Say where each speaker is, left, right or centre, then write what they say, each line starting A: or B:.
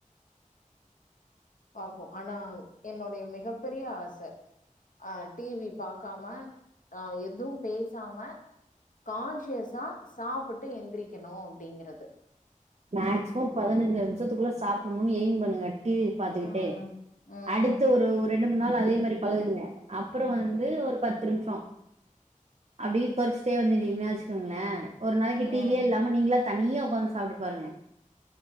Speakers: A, on the left; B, on the right.
A: பாப்போ ஆனா என்னுடைய மிகப்பெரிய ஆச ஆஹ் டி வி பாக்காம ஆஹ் எதுவு பேசாம கான்சியஸா சாப் ட்டு எந்திரிக்கணு அப்படிங்கிறது
B: மேக்சிமம் பதினஞ்சு நிமிஷத்துக்குள்ள சாப்புட்ணும்னு எய்ம் பண்ணுங்க டி வி பாத்துக்கிட்டே
A: ம் ம்
B: அடுத்து ஒரு ஒரு ரெண்டு மூணு நா ள் அதே மாரி பழகுங்க அப்புறோ வந்து ஒரு பத்து நிமுஷோ அப்டியே கொறச்சிட்டே வந்துட்டீங்கன்னா வெச்சுக்கோங்களேன் ஒரு நாளைக்கு
A: ம்
B: டி வியே இல்லாம நீங்களாத் தனியா உக்காந்து சாப்டு பாருங்க